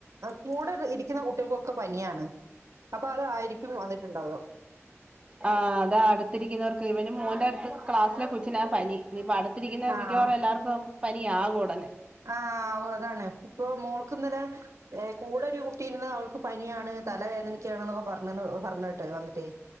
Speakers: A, on the right; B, on the right.
A: കൂടെ ഇരിക്കുന്ന കുട്ടിയൊകൊക്കെ പനിയാണ് അപ്പൊ അതായിരിക്കും വന്നിട്ടുണ്ടാവ
B: ആഹ് അതാ അടുത്തിരിക്കുന്നവർക്ക് ഇവനും മോൻന്റെ അടുത്ത് ക്ലാസ്സിലെ ക്കെച്ചിനാ പനി ഇനിയിപ്പൊ അടുത്തിരിക്കുന്ന
A: ആഹ്
B: മിക്കവാറും എല്ലാവർക്കും പനിയാകും ഉടനെ
A: ആഹ് ആവും അതാണ് ഇപ്പൊ മോൾക്ക് ഇന്നലെ ഏ കൂടെ ഒരു കുട്ടിഇന്ന് അവൾക്ക് പനിയാണ് തല വേദനിക്കാണ് ന്നൊക്കെ പറ്ഞ്ഞ് ന്ന് പറ്ഞ്ഞേട്ട് വന്നിട്ടേ